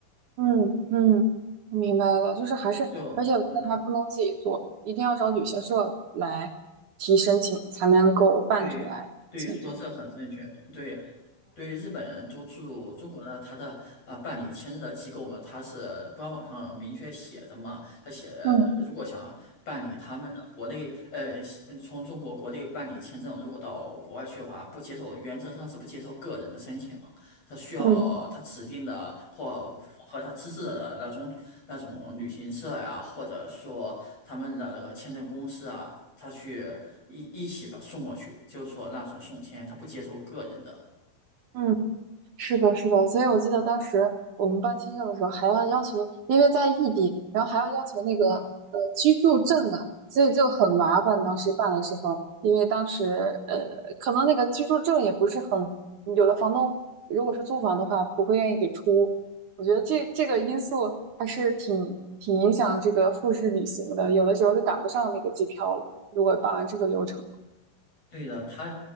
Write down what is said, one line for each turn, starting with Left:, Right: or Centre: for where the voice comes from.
Right: 嗯嗯，我明白了，就是还是，
Left: 就嗯，
Right: 而且我觉得还不能自己做，一定要找旅行社来提申请，才能够办出来签证。
Left: 对对，说这很正确。对对，日本都驻中国的他的呃办理签证的机构嘛，他是官网上明确写着嘛，他写呃如果想办理他们的国内呃西从中国国内办理签证，
Right: 嗯
Left: 如果到国外去的话，不接受，原则上是不接受个人的申请。他需要他指定的或符合他资质的那种那种旅行社呀，
Right: 嗯
Left: 或者说他们的签证公司啊，他去一一起把送过去，就是说那种送签，他不接受个人的。
Right: 嗯，是的，是的，所以我记得当时我们办签证的时候，还要要求，因为在异地，然后还要要求那个呃居住证啊，所以就很麻烦。当时办的时候，因为当时呃，可能那个居住证也不是很，有的房东如果是租房的话，不会愿意给出。我觉得这这个因素还是挺挺影响这个复试旅行的，有的时候就赶不上那个机票了。如果办完这个流程。
Left: 对的，他